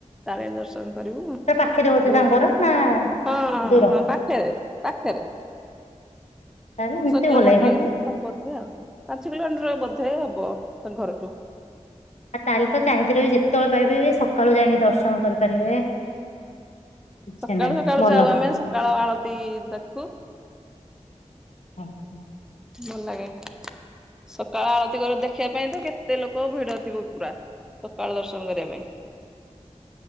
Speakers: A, in the centre; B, on the left (about 65°).
A: ତାରିଣୀ ଦର୍ଶନ କରିବୁ
B: ପୁରା ପାଖରେ ବୋଧେ
A: ବହୁତ୍
B: ତାଙ୍କର
A: ଥର
B: ନା
A: ହଁ-
B: ଦୂର
A: ହଁ ପାଖେରେ ପାଖେରେ।
B: <unintelligible>
A: କିଲୋମିଟର
B: ଭଲ ହେ
A: କି ହବ ସେ ପାଞ୍ଚ କିଲୋମିଟର ବୋଧେ ହବ ତାଙ୍କ ଘରଠୁ।
B: ଆଉ ତାହେଲେ ତ ଚାହିଁଥିଲେ ବି ଯେତେବେଳେ ପାଇବେ ସକାଳୁ ଯାଇକି ଦର୍ଶନ କରିପାରିବେ। କିଛି
A: ସକାଳୁ
B: ନାହିଁ
A: ସକାଳୁ
B: ଭଲ
A: ଯାଉ ଆମେ ସକାଳ ଆଳତି ଦେଖୁ।
B: <inaudible>
A: ଭଲ୍ ଲାଗେ। ସକାଳ ଆଳତି କରି ଦେଖିବା ପାଇଁ ତ କେତେ ଲୋକ ଭିଡ ଥିବ ପୁରା ସକାଳ ଦର୍ଶନ କରିବା ପାଇଁ।